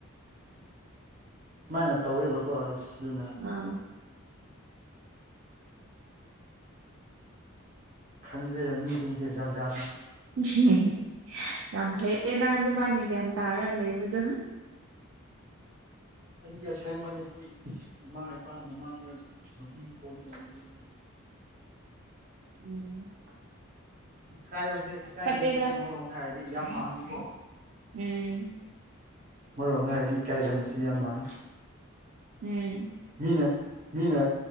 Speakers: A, on the right (about 40°); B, on the right (about 65°).
A: ꯁꯨꯃꯥꯏꯅ ꯇꯧꯋꯦꯕꯀꯣ ꯑꯁ ꯑꯗꯨꯅ
B: ꯑꯥ
A: ꯈꯪꯗ꯭ꯔꯦꯗ ꯃꯤꯁꯤꯡꯁꯦ ꯖꯥꯠ ꯖꯥꯠꯅꯤ
B: ꯎꯝ ꯌꯥꯝ ꯐꯩꯌꯦ ꯅꯪ ꯑꯗꯨꯃꯥꯏꯅ ꯒ꯭ꯌꯥꯟ ꯇꯥꯔꯒ ꯂꯩꯕꯗꯣ
A: ꯑꯩꯒꯤ ꯑꯁꯦꯡꯕꯅꯤꯁꯤ ꯏꯃꯥ ꯏꯄꯥ ꯃꯃꯥꯡꯗ ꯅꯨꯄꯤ ꯐꯣꯟꯕꯅꯤꯁꯦ <inaudible>
B: ꯎꯝ
A: ꯏꯀꯥꯏꯕꯁꯦ ꯏꯀꯥꯏꯒꯟꯕꯁꯦ
B: ꯐꯠꯇꯦꯗ
A: ꯑꯃꯔꯣꯝꯗ ꯍꯥꯏꯔꯗꯤ ꯌꯥꯝ ꯍꯥꯡꯉꯤꯀꯣ
B: ꯎꯝ
A: ꯑꯃꯣꯝꯗ ꯍꯥꯏꯔꯗꯤ ꯏꯀꯥꯏꯒꯟꯕꯁꯤ ꯌꯥꯝ ꯃꯥꯏ
B: ꯎꯝ
A: ꯃꯤꯅ ꯃꯤꯅ